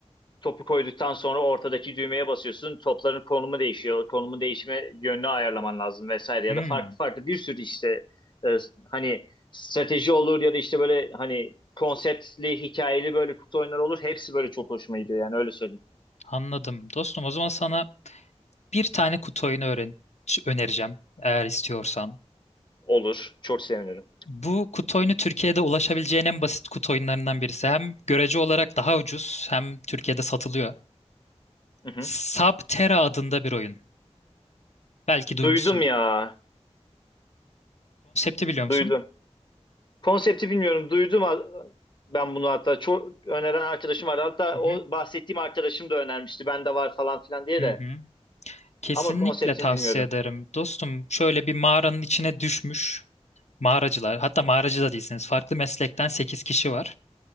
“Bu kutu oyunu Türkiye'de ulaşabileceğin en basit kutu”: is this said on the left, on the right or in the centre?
Left